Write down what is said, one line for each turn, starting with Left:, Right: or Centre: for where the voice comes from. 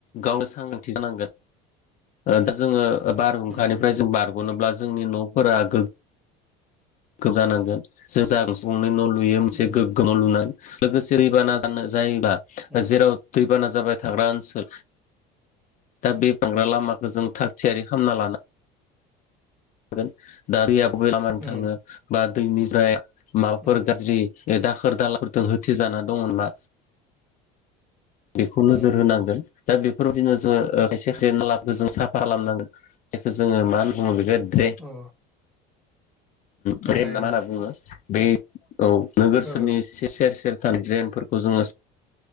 Left: गावनो सांग्रांथि जानांगोन दा जोङो बारहुंखानिफ्राय
Centre: उम
Left: जों बारग'नोब्ला जोंनि न'फोरा गो जानांगोन जों ज नु मोनसे
Centre: उम
Left: गोग्गोमाव लु लोगोसे दैबाना जायोब
Centre: उम
Left: जेराव दैाना जाबाय थाग्रा ओनसोल दा बे बांग्रा लामाखौ जों थाग थियारि खालामना लानो गोन दा दैआ बबे लामानि
Centre: उम
Left: थाङो बा दैनिफ्राय माबाफोर
Centre: उम
Left: गाज्रि बे दाखोर दालाजों होथिजाना दङ नामा बेखौ नोजोर
Centre: उम
Left: होनांगोन दा बेफोरबायदिनो जों खायसे खायना
Centre: उम
Left: लाबखौ जों साफ खालामनांगोन जायखौ जोङो मा होनना बुङो बेखौ
Centre: अ
Left: द्रे
Centre: ड्रेन
Left: नना मा बुङो बे औ नोगोर
Centre: ओ
Left: सोरनि सेर सेर थानाय ड्रेन फोरखौ जोङो